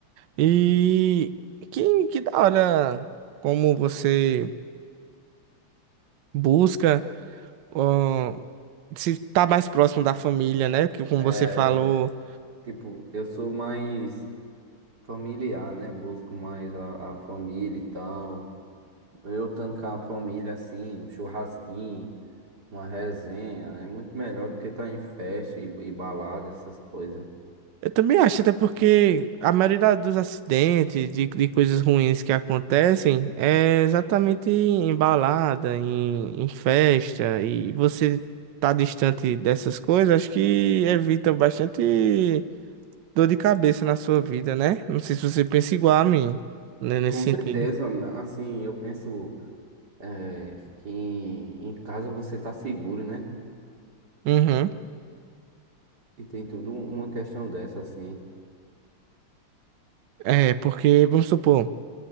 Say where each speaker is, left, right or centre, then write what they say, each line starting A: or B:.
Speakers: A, on the right; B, on the right.
A: E que que da hora como você busca ó, se tá mais próximo da família, né? Que como
B: É,
A: você falou,
B: tipo, eu sou mais familiar, né? Busco mais a, a família e tal. Eu estando com a família, assim, um churrasquinho, uma resenha, é muito melhor do que estar em festa e, e balada, essas coisas.
A: eu também acho, até porque a maioria da- dos acidentes, de, de coisas ruins que acontecem, é exatamente em balada, em, em festa, e você tá distante dessas coisas, acho que evita bastante dor de cabeça na sua vida, né? Não sei se você pensa igual a mim, né, nesse
B: Com
A: sentido.
B: certeza, assim, eu penso, é, que em casa você tá seguro, né?
A: Uhum.
B: E tem tudo um- uma questão dessa, assim.
A: É, porque, vamos supor.